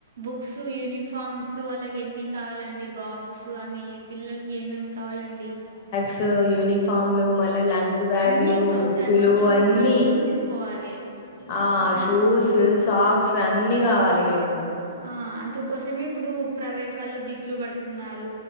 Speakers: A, on the right (about 80°); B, on the left (about 45°).
A: బుక్స్ యూనిఫార్మ్స్ అలగేన్ని కావాలండి బాక్స్ అన్ని పిల్లలకి ఏమేమి కావాలండి
B: సు యూనిఫామ్లు మళ్ళీ లంచ్ బ్యాగులు
A: అన్ని కొత్త
B: బుక్కులు
A: ఫస్ట్ నుంచి
B: అన్ని
A: మొత్తం తీసుకోవాలి
B: ఆ షూస్ సాక్స్ అన్ని కావాలిక ఇప్పుడు
A: ఆ అందుకోసమే ఇప్పుడు ప్రైవేట్ వాళ్ళు దిగులు పడుతున్నారు